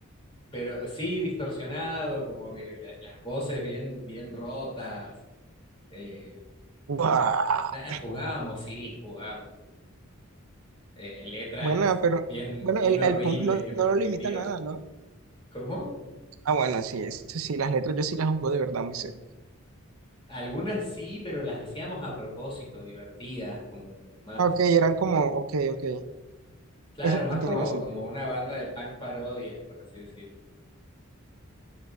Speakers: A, on the left (about 25°); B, on the right (about 75°).
A: pero sí distorsionado, como que la- las voces bien, bien rotas. Eh,
B: Buah.
A: nada, jugábamos, sí, jugábamos. Eh, letras
B: Buena, pero
A: bien,
B: bueno,
A: bien
B: el,
A: horribles
B: el punk no,
A: y repetitivas.
B: no lo limita a nada, ¿no?
A: ¿Cómo?
B: Ah, bueno, sí, eso sí, las letras yo sí las jugó de verdad muy serio.
A: Algunas sí, pero las hacíamos a propósito, divertidas, como más,
B: Ok, eran como, ok, ok,
A: claro,
B: eso
A: más
B: tiene
A: como,
B: más sentido.
A: como una banda de punk parodia, por así decirlo.